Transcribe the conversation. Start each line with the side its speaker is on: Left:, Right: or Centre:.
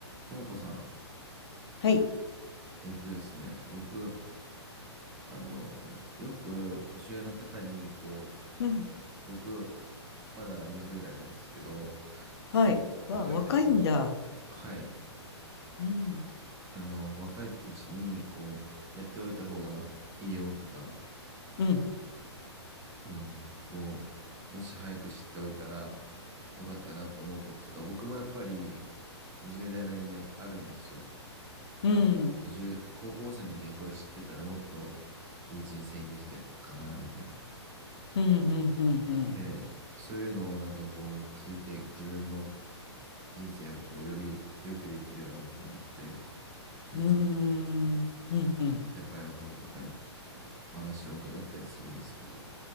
Right: ともこさん、
Left: はい。
Right: えっとですね、僕、あの、よく年上の方に、こ
Left: うん。
Right: う、僕、まだ20代なんですけど、
Left: はい。
Right: こう、
Left: わ、
Right: 若い時にこ
Left: 若いんだ。
Right: う、はい、
Left: うん。
Right: あの、若いうちに、こう、やっておいた方がいいよとか、
Left: うん。
Right: うん、こう、もし早く知っておいたらよかったなと思うこととか、僕もやっぱり20代なりにやっぱあるんですよ。
Left: うん。
Right: あ、もっと十高校生の時にこれ知ってたらもっといい人生にできたかな、みたいな。
Left: うん。うん。うん。
Right: で、そういうのをなんかこう聞いて自分の人生をこうより良くできればなと思って、いつも
Left: うん。うん。うん。
Right: 先輩の方とかにあのお話を伺ったりするんですけど、